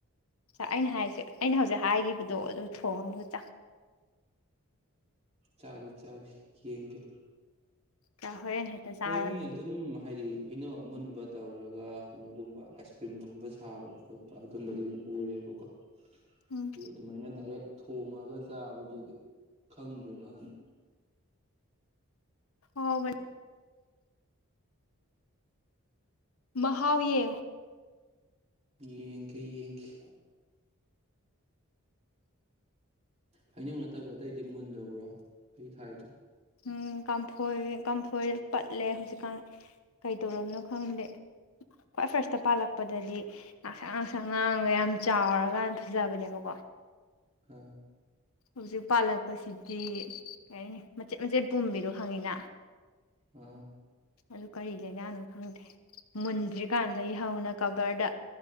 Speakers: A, on the left; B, on the right.
A: ꯥꯛ ꯑꯩꯅ ꯍꯥꯏꯁꯦ ꯑꯩꯅ ꯍꯧꯖꯤꯛ ꯍꯥꯏꯈꯤꯕꯗꯣ ꯑꯗꯨ ꯊꯣꯡꯉꯒ ꯆ
B: ꯆꯥꯛꯒꯦ ꯆꯥꯛ ꯌꯦꯡꯒꯦ
A: ꯆꯥ ꯍꯣꯔꯦꯟ ꯍꯦꯛꯇ ꯆꯥꯔꯣꯅꯦ
B: ꯍꯣꯏ ꯃꯤ ꯑꯗꯨꯝ ꯍꯥꯏꯗꯤ ꯀꯩꯅꯣ ꯑꯃꯨꯟꯕ ꯇꯧꯔꯒ ꯀꯩꯅꯣꯒꯨꯝꯕ ꯑꯥꯏꯁ ꯀ꯭ꯔꯤꯝꯒꯨꯝꯕ ꯁꯥꯕ ꯈꯣꯠꯄ ꯑꯗꯨꯝꯕꯗꯤ ꯑꯗꯨꯝ ꯎꯔꯦꯕꯀꯣ
A: ꯎꯝ
B: ꯑꯗꯨ ꯑꯗꯨꯃꯥꯏꯅ ꯗꯥꯏꯔꯦꯛ ꯊꯣꯡꯉꯒ ꯆꯥꯕꯗꯨꯗꯤ ꯈꯪꯗ꯭ꯔꯤꯕꯅꯤ
A: ꯍꯥꯎ ꯃꯍꯥꯎ ꯌꯦ
B: ꯌꯦꯡ ꯀꯦ ꯌꯦꯡꯈꯤ ꯍꯩꯅꯧ ꯅꯠꯇꯕ ꯑꯇꯩꯗꯤ ꯃꯨꯟꯗꯕ꯭ꯔꯣ ꯑꯩ ꯊꯥꯏꯗꯣ
A: ꯎꯝ ꯀꯥꯡꯝꯐꯣꯏ ꯀꯝꯐꯣꯏꯗ ꯄꯠꯂꯦ ꯍꯧꯖꯤꯛꯀꯥꯟ ꯀꯩꯗꯧꯝꯅꯣ ꯈꯪꯗꯦ ꯈ꯭ꯋꯥꯏ ꯐꯥꯔꯁꯇ ꯄꯥꯜꯂꯛꯄꯗꯗꯤ ꯉꯥꯡꯁꯥꯡ ꯉꯥꯡꯁꯥꯡ ꯉꯥꯡꯒ ꯌꯥꯝ ꯆꯥꯎꯔꯀꯥꯟ ꯐꯖꯕꯅꯦꯕꯀꯣ
B: ꯎꯝ
A: ꯍꯧꯖꯤꯛ ꯄꯥꯜꯂꯛꯄꯁꯤꯗꯤ ꯀꯔꯤ ꯍꯥꯏꯅꯤ ꯃꯆꯦꯠ ꯃꯆꯦꯠ ꯄꯨꯝꯕꯤꯗꯣ ꯈꯪꯉꯤꯅ
B: ꯑꯝ
A: ꯑꯗꯨ ꯀꯔꯤ ꯂꯥꯏꯅꯥꯅꯣ ꯈꯪꯗꯦ ꯃꯨꯟꯗ꯭ꯔꯤꯀꯥꯟꯗꯒꯤ ꯍꯧꯅ ꯀꯕꯔꯗ